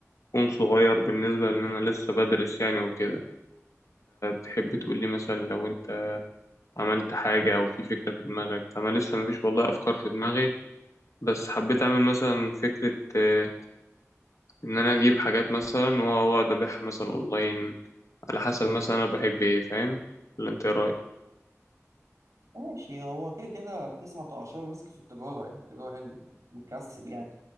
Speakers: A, on the left (about 70°); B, on the right (about 85°).
A: يكون صغير بالنسبة لأن أنا لسه بدرس يعني وكده تحب تقول لي مثلا لو انت عملت حاجة او في فكرة في دماغك انا لسه مفيش والله افكار في دماغي بس حبيت اعمل مثلا فكرة آه، ان انا اجيب حاجات مثلا واقعد ابيعها مثلا اونلاين على حسب مثلا انا بحب ايه فاهم ولا انت إيه رايك
B: ماشي هو كده كده 19 مسك في التجارة يعني التجارة هي اللي بتكسب يعني